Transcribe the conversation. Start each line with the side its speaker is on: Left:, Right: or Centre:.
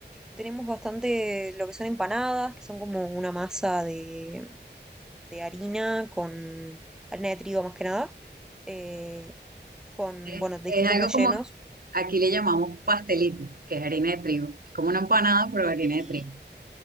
Centre: tenemos bastante lo que son empanadas, que son como una masa de, de harina con harina de trigo más que nada, eh, con,
Right: Es,
Centre: bueno, distintos
Right: es algo
Centre: rellenos.
Right: como, aquí le llamamos pastelito, que es harina de trigo. Es como una empanada, pero harina
Centre: Sí,
Right: de trigo.